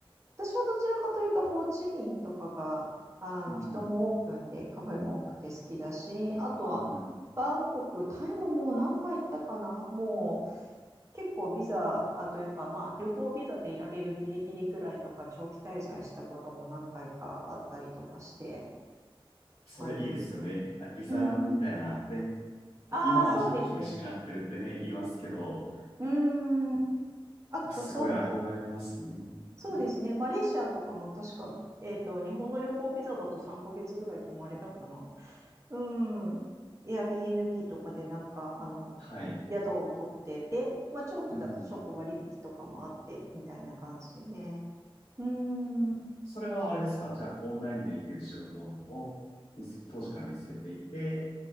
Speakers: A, on the right (about 30°); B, on the left (about 85°).
A: 私はどちらかというと、ホーチミンとかが、あの、
B: うん。
A: 人もオープンでカフェも多くて好きだし、あとは、
B: うん。
A: バンコク、タイももう何回行ったかなもう、結構ビザあというか、まあ、旅行ビザでいられるギリギリぐらいとか、長期滞在したことも何回かあったりとかして
B: それいいですよね。
A: はいますね。
B: あ、ビザランみたいな。
A: うん。
B: ね。
A: ああ、
B: 今はちょっと厳しくなってるってね、
A: そうですね。
B: 言いますけど、
A: うん。あと、
B: すごい憧れますね。
A: そうです。そうですね。
B: うん
A: マレーシアとかも確か、えっと、日本の旅行ビザだと3ヶ月ぐらい泊まれたかな。うん。Airbnb とかでなんか、あの、
B: はい。
A: 宿を取ってで、まあ、長期だとちょっと割引とかもあって、
B: うん。
A: みたいな感じでね。うん。
B: それはあれですかじゃあ、オンラインでできる仕事を見つけ、当時から見つけていて、